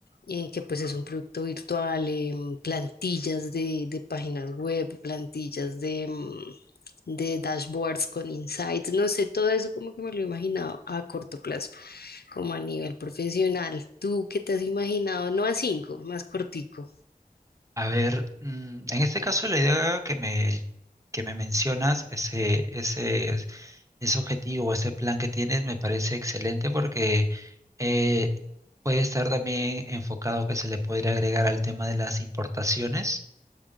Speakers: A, on the left; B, on the right.
A: eh, que pues es un producto virtual, em, plantillas de, de páginas web, plantillas de, mm, de dashboards con insights, no sé, todo eso como que me lo imaginaba a corto plazo, como a nivel profesional. ¿Tú qué te has imaginado? No a cinco, más cortico.
B: A ver, mm, en este caso la idea que me, que me mencionas, ese, ese, ese objetivo, ese plan que tienes, me parece excelente porque eh, puede estar también enfocado que se le podría agregar al tema de las importaciones.